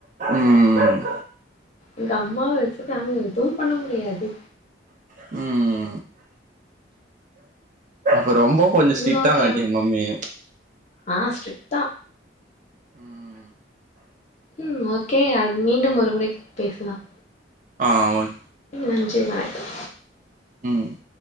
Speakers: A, on the right; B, on the left.
A: ம்
B: எங்க அம்மாவ வெச்சுட்டு நாங்க எதுவு பண்ண முடியாது
A: ம் அப்ப ரொம்ப கொஞ்ச ஸ்ட்ரிக்டாங்காட்டி
B: ம் ஓகே
A: உங் மம்மி
B: ஆ ஸ்ட்ரீட் தா
A: ம்
B: ம் ஓகே அது மீண்டும் ஒரு முறை பேசலாம்
A: ஆ ஓகே
B: நன்றி வணக்கம்
A: ம்